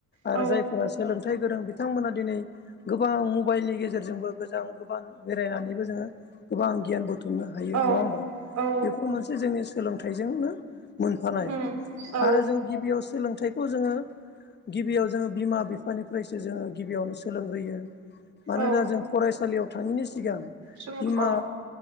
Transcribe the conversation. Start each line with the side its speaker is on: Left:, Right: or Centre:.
Right: औ
Left: आरो जायफोरा सोलोंथाइ गोरों बिथांमोना दिनै गोबां मबाइलनि गेजेरजोंबो गोजां गोबां बेरायनानैबो जोङो गोबां गियान बुथुमनो हायो
Right: औ
Left: नङा होमबा
Right: औ
Left: बेफोर मोनसे जोंनि सोलोंथाइजोंनो मोनफानाय
Right: उम औ
Left: आरो जों गिबियाव सोलोंथाइखौ जोङो गिबियाव जोङो बिमा बिफानिफ्रायसो जोङो गिबियावनो सोलोंग्रोयो मानोना
Right: औ
Left: जों फरायसालियाव थाङैनि सिगां
Right: सोर
Left: बिमा
Right: औ